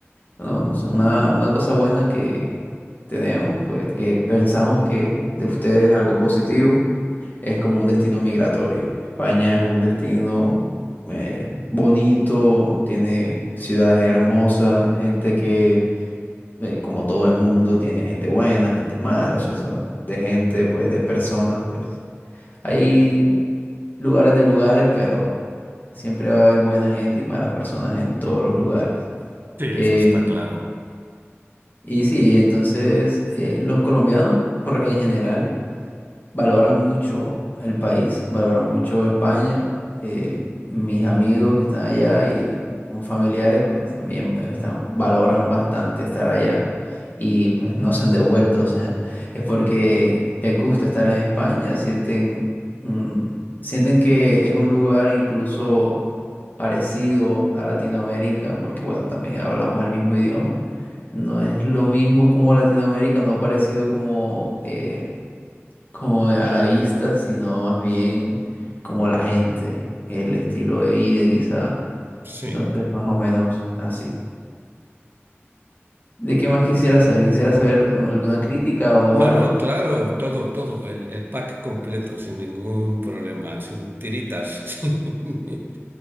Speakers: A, on the left (about 40°); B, on the right (about 50°).
A: Bueno, no sé, una, una cosa buena que tenemos, pues que pensamos que de ustedes es algo positivo, es como un destino migratorio. España es un destino eh, bonito, tiene ciudades hermosas, gente que, eh, como todo el mundo, tiene gente buena, gente mala, o sea, son de gente, pues de personas, pues. Ahí lugares de lugares, pero siempre va a haber buena gente y malas personas en todos los lugares.
B: Sí,
A: Eh,
B: eso está claro.
A: y sí, entonces eh, los colombianos por- en general valoran mucho el país, valoran mucho España. eh, mis amigos que están allá y unos familiares, pues también eh, están, valoran bastante estar allá y pues no se han devuelto. O sea, <laughs> es porque les gusta estar en España, sienten, mm, sienten que es un lugar incluso parecido a Latinoamérica, porque bueno, también hablamos el mismo idioma. No es lo mismo como Latinoamérica, no parecido como eh, como a la vista, sino más bien como la gente, el estilo de vida quizá.
B: sí.
A: Entonces, más o menos así. ¿De qué más quisiera saber? ¿Quisiera saber um, alguna crítica o
B: No,
A: algo?
B: no, claro, todo, todo, el, el pack completo, sin ningún problema, sin tiritas, <laughs> sin